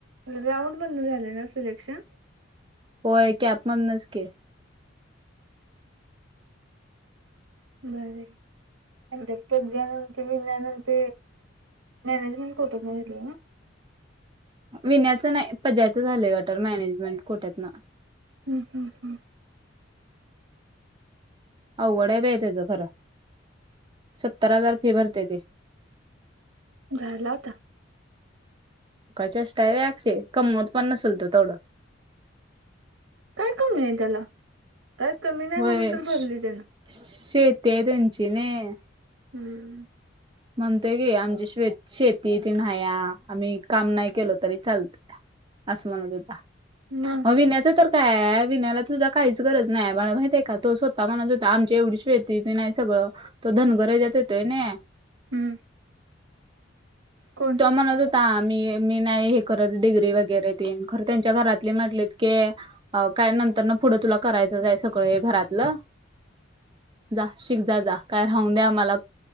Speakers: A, on the right (about 75°); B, on the right (about 25°).
A: राऊंड मधन झाले ना सिलेक्शन.
B: होय कॅप मदनच की.
A: बर हाय. अ तच्यानंत मिल्यानंत मॅनेजमेंट कोट्यातून घेतले ना.
B: विण्याचं नाही पजायचं झालंय वाॉटेल मॅनेजमेंट कुठ्यातन.
A: हम् हम् हम्.
B: अवगड आहे बाई त्याच खरं सत्तर हजार फी भरतेय ते.
A: झाला आता.
B: मुकाचेष्टा अशय कंमवत पण नसलतं तेथवढं.
A: काय कमी आहे त्याला. काय कमी नाही
B: होय
A: म्हणून तर भरली त्यान.
B: शेती आहे त्यांची नही.
A: हम्म.
B: म्हणतेय की आमची शेत शेती तीन्हाया आम्ही काम नाही केलो तरी चालत. असं म्हणत होता.
A: मग.
B: विण्याचं तर काय विण्यायला पण काहीच गरज नाही बाला माहित आहे का तो मणत होता आमच्या एवढी श ति नाही सगळं तर धनगराजात येतोय नाही.
A: हम्म. को
B: तो म्हणत होता मी मी नाही हे करत डिग्री वगैरे तन खरं त्यांच्या घरातले म्हटलेत की काय नंतर न पुढं तुला करायचंचय सगळं घरातलं.
A: <inaudible>
B: जा शीख जा जा काय राहून द्या मला